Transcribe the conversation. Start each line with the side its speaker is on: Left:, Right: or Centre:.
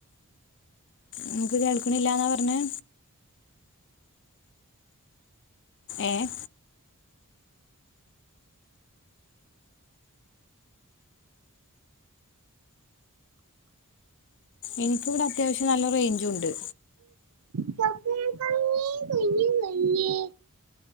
Left: ങ്ങക്ക് കേൾക്കണില്ലന്നാ പറഞ്ഞേ. ഏഹ് എനിക്കിവിടെ അത്യാവശ്യം നല്ല റേയ്ഞ്ചു ഉണ്ട്.
Right: ഞ്ഞ കുഞ്ഞി പഞ്ഞി